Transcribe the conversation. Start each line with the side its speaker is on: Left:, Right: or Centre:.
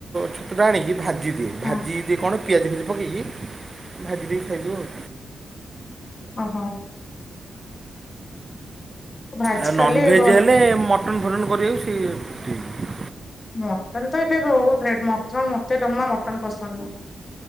Right: ଛତୁଟା ଆଣିକି ଭାଜିଦିଏ। ଭାଜିଦିଏ
Left: ହଁ
Right: କଣ ପିଆଜ ଫିଆଜ ପକେଇକି ଭାଜି ଦେଇ ଖାଇ ଦଉ ଆଉ।
Left: ଓହୋଃ। ଭାଜି
Right: ଆ
Left: ଖାଲି
Right: ନନ୍ଭେଜ୍
Left: ଭ
Right: ହେଲେ ମଟନ୍ ଫଟନ କରିବାକୁ ସେ ଠିକ।
Left: ମଟନ ତ ଏବେ ବହୁତ ରେଟ, ମ ମତେ ଜମା ମଟନ ପସନ୍ଦ ନୁହଁ।